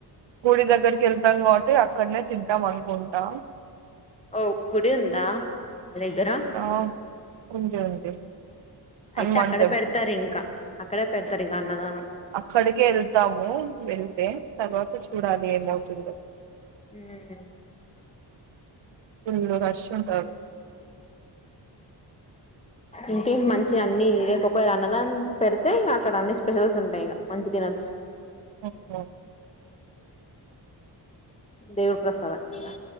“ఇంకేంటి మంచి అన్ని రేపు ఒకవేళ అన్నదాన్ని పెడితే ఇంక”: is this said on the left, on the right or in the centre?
Left